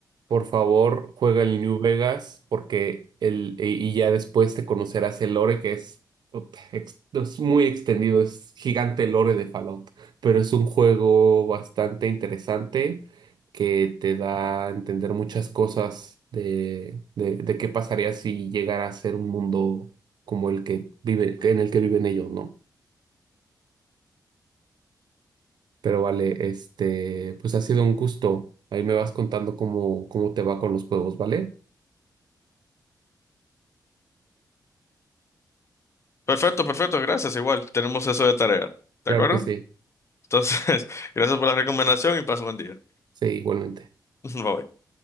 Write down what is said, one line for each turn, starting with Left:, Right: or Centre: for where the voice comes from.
Right: Por favor, juega el New Vegas porque el, y y ya después te conocerás el lore que es, puta, ex- es muy extendido, es gigante el lore de Fallout, pero es un juego bastante interesante que te da a entender muchas cosas de, de, de qué pasaría si llegara a ser un mundo como el que vive, en el que viven ellos, ¿no? Pero vale, este, pues ha sido un gusto. Ahí me vas contando cómo, cómo te va con los juegos, ¿vale?
Left: Perfecto, perfecto, gracias, igual. Tenemos eso de tarea,
Right: Claro
Left: ¿de acuerdo?
Right: que sí.
Left: Entonces, <laughs> gracias por la recomendación y paso buen día.
Right: Sí, igualmente.
Left: <laughs> Bye bye.